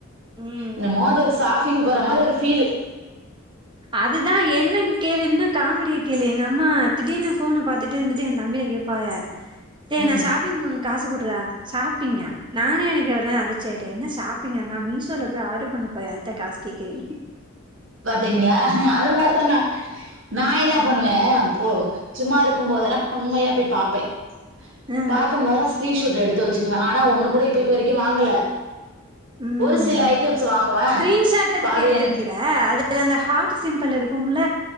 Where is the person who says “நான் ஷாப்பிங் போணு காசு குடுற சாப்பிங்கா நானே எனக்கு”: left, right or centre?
Right